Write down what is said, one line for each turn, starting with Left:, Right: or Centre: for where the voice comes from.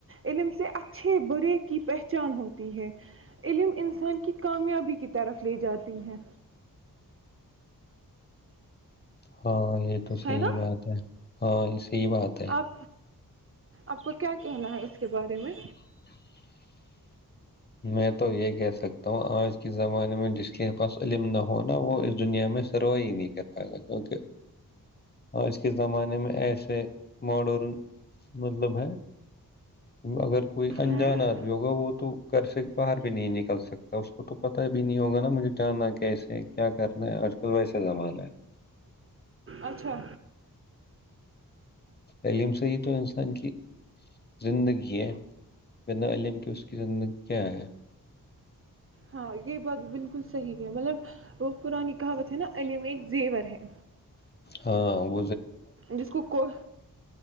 Right: علم سے اچھے برے کی پہچان ہوتی ہے علم انسان کی کامیابی کی طرف لے جاتی ب ہے
Left: ہاں یہ تو صحی
Right: ہے نا
Left: بات ہے ہاں اس صحیح بات ہے
Right: آپ آپ کو کیا کہنا ہے اس کے بارے میں
Left: <inaudible> میں تو یہ کہہ سکتا ہوں آج کے زمانے میں جس کے پاس علم نہ ہوناا وہ اس دنیا میں سروائی نہیں کر پائے گا کیونکہ آج کے زمانے میں ایسے ماڈرن مطلب ہے اگر کوئی انجان
Right: ہ
Left: آدمی ہوگا وہ تو گھر سے باہر بھی نہیں نکل سکتا اس کو تو پتا بھی نہیں ہوگا نا مجھے جاننا کیسے کیا کرنا ہے آج کل ویسا زمانہ ہے
Right: اچھا
Left: ہ عم سے ہی تو انسان کی زندگی ہے بنا علم کے اس کی زندگی کیا ہے
Right: ہاں یہ بات بالکل صحیح ہے مطلب وہ پرانی کہاوت ہے نا علم ایک زیور ہے
Left: ہاں ب
Right: جس کو کو